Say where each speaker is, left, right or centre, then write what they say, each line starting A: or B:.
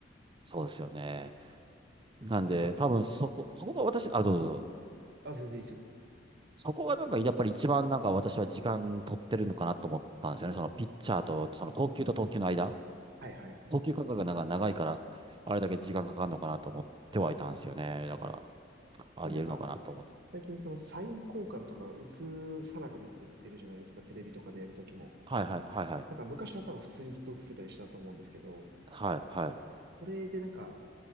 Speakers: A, on the right; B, on the right.
A: そうですよね。なんで、
B: なんか、
A: 多分そこ、
B: はい。
A: そこが私、あ、どうぞどうぞ。
B: あ、全然いいですよ。
A: そこがなんか、やっぱり一番なんか私は時間取ってるのかなと思ったんですよね。そのピッチャーと、その投球と投球の間。
B: はいはいはいはい。
A: 投球間隔がなんか長いから、あれだけ時間かかるのかなと思ってはいたんですよね。だから、あり得るのかなと思って。
B: 特になんか、最近そのサイン交換とか映さなくなってってるじゃないですか。テレビとかでやるときも。
A: はいはい、はいはい。
B: なんか昔は多分普通にずっと映ってたりしたと思うんですけど、
A: はいはい。
B: それでなんか、